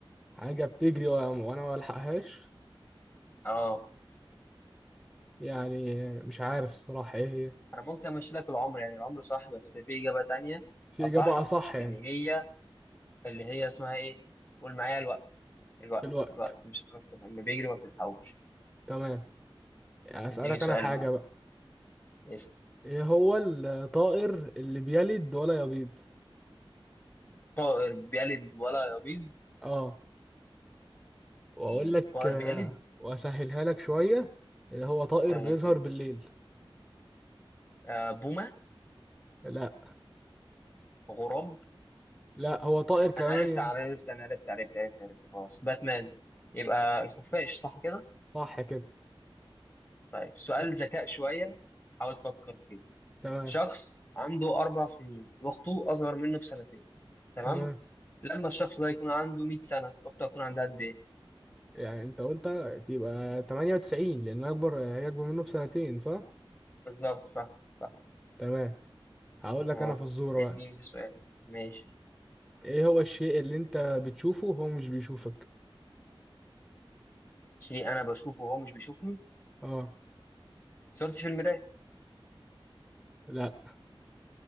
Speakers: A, in the centre; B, on the left.
A: حاجة بتجري وأنا وأنا ما بلحقهاش
B: آه
A: يعني مش عارف الصراحة إيه هي
B: انا ممكن امشي لك العمر يعني العمر صح بس في اجابه تانية
A: في
B: اصح
A: إجابة أصح يعني
B: اللي هي اللي هي اسمها ايه قول معايا الوقت الوقت
A: الوقت
B: الوقت مش هتعرف تفهم. لما بيجري ما بتلحقوش
A: تمام أسألك
B: اديني سؤال
A: أنا حاجة
B: بقى
A: بقى
B: اسأل.
A: إيه هو الطائر اللي بيلد ولا يبيض؟
B: طائر بيلد ولا يبيض
A: آه وأقول
B: مم،
A: لك
B: طائر
A: آه،
B: بيلد
A: وأسهلها لك شوية اللي هو طائر
B: سهلها
A: بيظهر
B: لي
A: بالليل
B: آه بومه
A: لا
B: غراب
A: لا هو طائر كمان
B: انا عرفت
A: يعني
B: انا عرفت انا عرفت عرفت عرفت عرفت خلاص باتمان يبقى الخفاش صح كده
A: صح كده
B: طيب سؤال
A: ت-
B: ذكاء شويه حاول تفكر فيه
A: تمام
B: شخص عنده أربع سنين وأخته أصغر منه بسنتين تمام
A: تمام
B: لما الشخص ده يكون عنده 100 سنة أخته هتكون عندها قد إيه
A: يعني أنت قلت تبقى 98 لأن أكبر هي أكبر منه بسنتين صح؟
B: بالظبط صح صح
A: تمام هقول لك
B: أه
A: انا فزوره
B: اديني
A: بقى
B: في السؤال ماشي
A: ايه هو الشيء اللي انت بتشوفه وهو مش بيشوفك
B: شيء أنا بشوفه وهو مش بيشوفني
A: اه
B: صورتي في المراية
A: لا